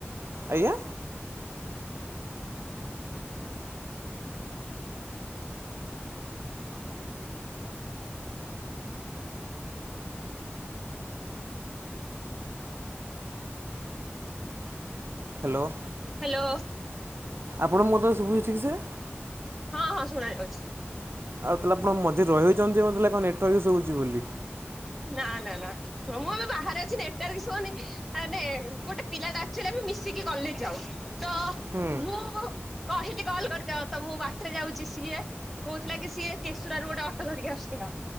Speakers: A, on the right (about 65°); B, in the centre.
A: ଆଜ୍ଞା? ହ୍ୟାଲୋ?
B: ହ୍ୟାଲୋ।
A: ଆପଣ ମୋତେ ଶୁଭୁଛି ଠିକ୍ ସେ?
B: ହଁ ହଁ ଶୁଣା ଯାଉଛି।
A: ଆଉ ତାହେଲେ ଆପଣ ମଝରେ ରହିଉଛନ୍ତି ମେ କଣ ନେଟୱାର୍କ ହୁଉଛି ବୋଲି।
B: ନା ନା ନା ମୁଁ ଏବେ ବାହାରେ ଅଛିି ନେଟୱାର୍କ ଇସୁ ହୋନି ଆରେ ଗୋଟେ ପିଲାଟା ଆକଚୁଆଲି ଆମେ ମିଶିକି କଲେଜ ଯାଉ ତ
A: ହୁଁ
B: ମୁଁ କହିଲି କଲ୍ କରିଦଅ ତ ମୁଁ ବାଟରେ ଯାଉଛି ସିଏ କହୁଥିଲା କି ସିଏ କେଶୁରା ରୁ ଗୋଟେ ଅଟୋ ଧରିକି ଆସୁଥିଲା।